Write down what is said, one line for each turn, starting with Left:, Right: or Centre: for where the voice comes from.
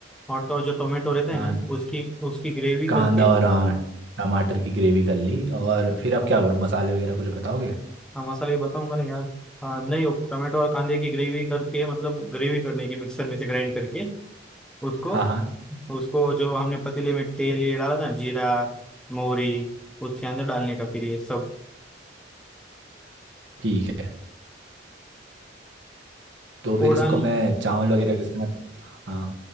Centre: और तो और जो टोमेटो रहता
Right: हाँ
Centre: है ना उसकी उसकी ग्रेवी
Right: कांदा
Centre: करके
Right: और हाँ टमाटर की ग्रेवी कर ली और फिर अब क्या करूँ मसाले वगैरह कुछ बताओगे
Centre: हाँ मसाले बताऊंगा ना यार हाँ नहीं वो टोमेटो और कांदे की ग्रेवी करके मतलब ग्रेवी करने की मिक्सर में से ग्राइंड करके उसको
Right: हाँ हाँ
Centre: उसको जो हमने पतीले में तेल ये डाला ना जीरा मोहरी उसके अंदर डालने का फिर ये सब
Right: ठीक है तो फिर
Centre: वो
Right: इसको
Centre: डाल
Right: मैं चावल वगैरह के साथ हाँ